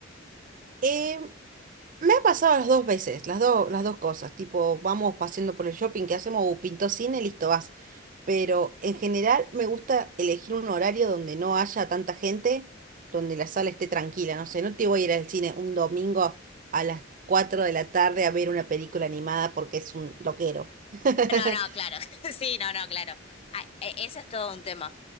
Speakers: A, on the right; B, on the left.
A: Eh, me ha pasado las dos veces, las dos, las dos cosas, tipo, vamos paseando por el shopping, ¿qué hacemos? Uh, pintó cine, listo, vas. pero en general me gusta elegir un horario donde no haya tanta gente, donde la sala esté tranquila, no sé, no te voy a ir al cine un domingo a las 4 de la tarde a ver una película animada porque es un loquero. <laughs>
B: No, no, claro. <laughs> Sí, no, no, claro. Ah, e- Ese es todo un tema.